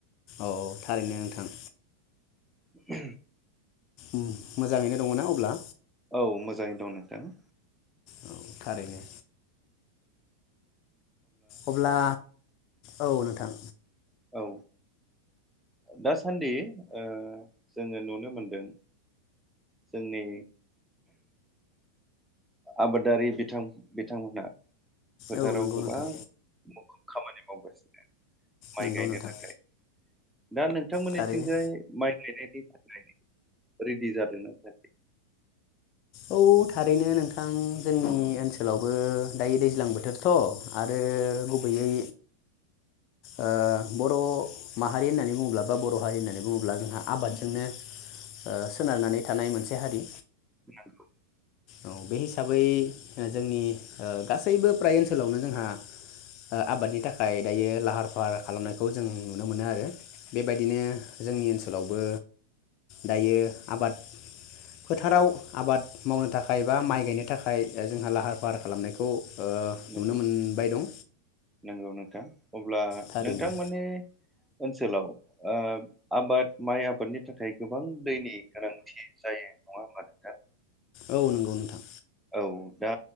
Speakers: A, on the left; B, in the centre.
A: औ थारैनो नोंथां।
B: उ
A: उम मोजाङैनो दङना अब्ला?
B: औ मोजाङै दं नोंथां।
A: औ थारैनो अब्ला औ नोंथां
B: औ दासान्दि ओ जोङो नुनो मोनदों जोंनि आबादारि बिथां बिथांमोनहा फोथाराव
A: औ नंगौ
B: गोबां
A: नोंथां
B: मुखुब खामानि मावगासिनो माइ
A: नोंगौ
B: गायनो
A: नोंथां
B: थाखाय दा नोंथांमोननिथिंजाय
A: थारैनो
B: माइ गायनायनि थाखाय रेडि जादोंना जायाखै?
A: औ थारैनो नोंथां जोंनि ओनसोलावबो दायो दैज्लां बोथोरथ आरो गुबैयै ओ बर माहारि नानै बुङोब्ला बा बर हारि नानै बुङोब्ला जोंहा आबादजोंनो ओ सोनारनानै थानाय मोनसे हारि
B: <unintelligible>
A: औ बे हिसाबै ओ जोंनि ओ गासैबो फ्राय ओनसोलावनो जोंहा ओ आबादनि थाखाय दायो लाहार फाहार खालामनायखौ जों नुनो मोनो आरो बेबायदिनो जोंनि ओनसोलावबो दायो आबाद फोथाराव आबाद मावनो थाखाय खाय बा माइ गायनो थाखाय जोंहा लाहार फाहार खालामनायखौ ओ
B: नंगौ
A: नुनो मोनबाय दं
B: नंगौ नोंथां अब्ला
A: थारैनो
B: नोंथांमोननि ओनसोलाव ओ आबाद माइ आबादनि थाखाय गोबां दैनि गोनांथि जायो नङा होनबा नोंथां?
A: औ नंगौ नोंथां
B: औ दा